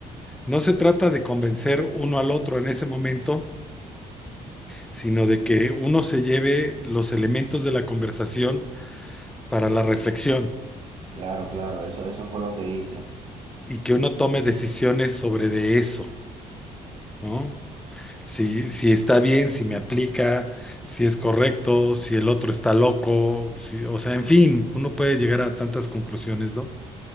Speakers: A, in the centre; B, on the right.
A: no se trata de convencer uno al otro en ese momento, sino de que uno se lleve los elementos de la conversación para la reflexión
B: Claro, claro, eso, eso fue lo que hice.
A: y que uno tome decisiones sobre de eso, ¿no? si, si está bien, si me aplica, si es correcto, si el otro está loco, si- o sea, en fin, uno puede llegar a tantas conclusiones, ¿no?